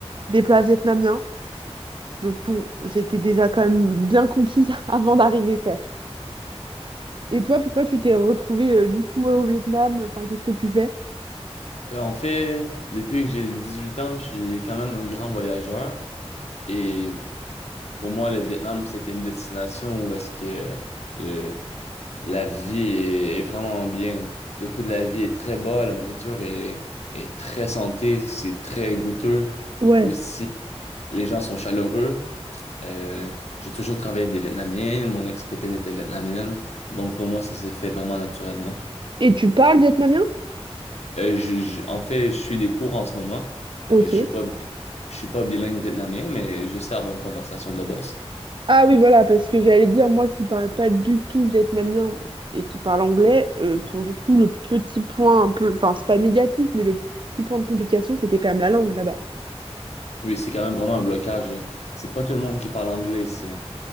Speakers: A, on the right; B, on the left.
A: des plats vietnamiens. Donc bon, j'étais déjà quand même bien conquise <laughs> avant d'arriver, quoi. Et toi, pourquoi tu t'es retrouvée euh, du coup au Vietnam? Enfin, qu'est-ce que tu fais?
B: Euh, En fait, depuis que j'ai 18 ans, je suis quand même un grand voyageur. Et Pour moi, le Vietnam, c'était une destination où est-ce que le, la vie est, est vraiment bien. Le coût de la vie est très bas, la nourriture est, est très santé, c'est très goûteux.
A: Ouais.
B: Aussi, les gens sont chaleureux. Euh, j'ai toujours travaillé avec des Vietnamiens, mon ex-copine était vietnamienne, donc pour moi, ça s'est fait vraiment naturellement.
A: Et tu parles vietnamien?
B: Euh, je- je- en fait, je suis des cours en ce moment.
A: Ok.
B: Euh, je suis pas, bi- je suis pas bilingue vietnamien, mais je sais avoir une conversation de base.
A: Ah oui, voilà, parce que j'allais dire, moi qui parle pas du tout vietnamien et qui parle anglais, euh, pour le coup, le petit point un peu, enfin, c'est pas négatif, mais le petit point de complication, c'était quand même la langue là-bas.
B: Oui, c'est quand même vraiment un blocage. euh. C'est pas tout le monde qui parle anglais, ça.